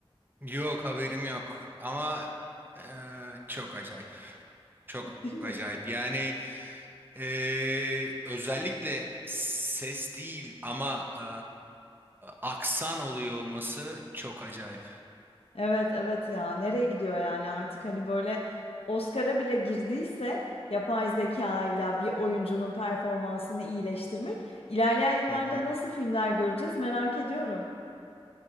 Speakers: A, on the right; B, on the left.
A: Yok haberim yok ama e, çok acayip. Çok
B: <laughs> Değil mi?
A: acayip. Yani e, özellikle ses değil ama e, aksan oluyor olması çok acayip.
B: Evet evet ya nereye gidiyor yani artık hani böyle Oscar'a bile girdiyse yapay zeka ile bir oyuncunun performansını iyileştirmek ilerleyen yıllarda
A: Hı hı.
B: nasıl filmler göreceğiz merak ediyorum.